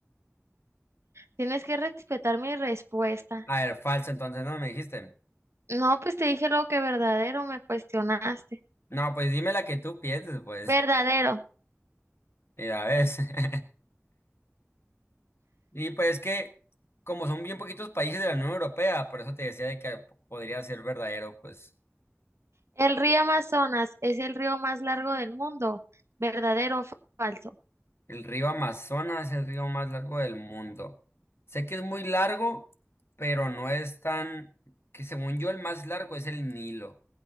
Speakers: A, on the right (about 65°); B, on the left (about 55°).
A: Tienes que respetar mi respuesta.
B: A ver, falso, entonces no me dijiste.
A: No, pues te dije lo que verdadero, me cuestionaste.
B: No, pues dime la que tú pienses, pues.
A: Verdadero.
B: Y la ves. <laughs> Y pues es que, como son bien poquitos países de la Unión Europea, por eso te decía de que podría ser verdadero, pues.
A: El río Amazonas es el río más largo del mundo. ¿Verdadero o falso?
B: El río Amazonas es el río más largo del mundo. Sé que es muy largo, pero no es tan, que según yo el más largo es el Nilo.